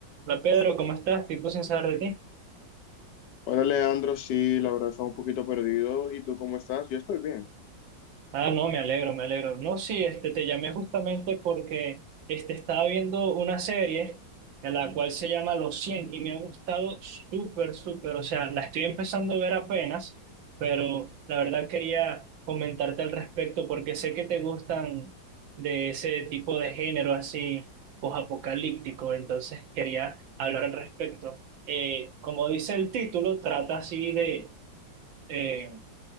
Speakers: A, on the right (about 85°); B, on the left (about 70°).
A: Hola Pedro, ¿cómo estás? Tiempo sin saber de ti.
B: Hola Leandro, sí, la verdad estaba un poquito perdido. ¿Y tú cómo estás? Yo estoy bien.
A: Ah, no, me alegro, me alegro. No, sí, este, te llamé justamente porque este, estaba viendo una serie en la cual se llama Los Cien y me ha gustado súper, súper. O sea, la estoy empezando a ver apenas, pero la verdad quería comentarte al respecto porque sé que te gustan de ese tipo de género así posapocalíptico, entonces quería hablar al respecto. Eh, como dice el título, trata así de... eh,